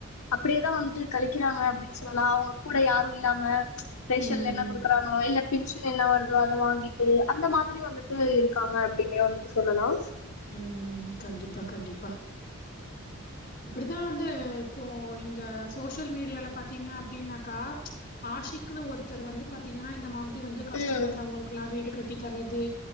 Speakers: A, on the left; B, on the left.
A: அப்படியேதா வந்துட்டு களிக்கிறாங்க அப்டின்னு சொல்லலா அவுங்க கூட யாருயில்லாம ரேஷன்ல
B: ம்.
A: என்ன குடுக்குறாங்களோ இல்ல பென்ஷன் என்ன வருதோ அத வாங்கிட்டு அந்த மாதிரி வந்துட்டு இருக்காங்க அப்படின்னே வந்துட்டு சொல்லலா
B: ம் கண்டிப்பா கண்டிப்பா இப்படித்தா வந்து இப்போ இந்த சோசியல் மீடியால பாத்திங்க அப்டின்னாக்கா ஆஷிக்குனு ஒருத்தர் வந்து பாத்திங்கன்னா இந்த மாதிரி வந்து கஷ்டப்படுறவங்ளுக்கெல்லா
A: ம்
B: வீடு கட்டி தற்து